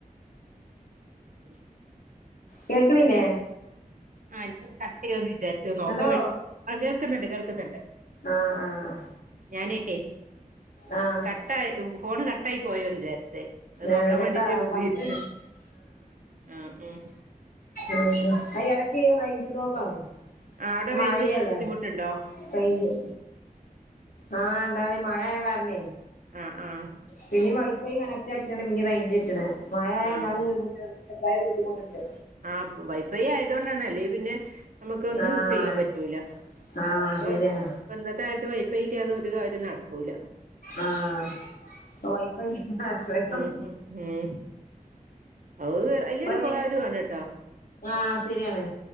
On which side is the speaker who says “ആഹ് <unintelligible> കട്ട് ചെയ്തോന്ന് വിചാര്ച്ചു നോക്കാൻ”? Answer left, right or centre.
Right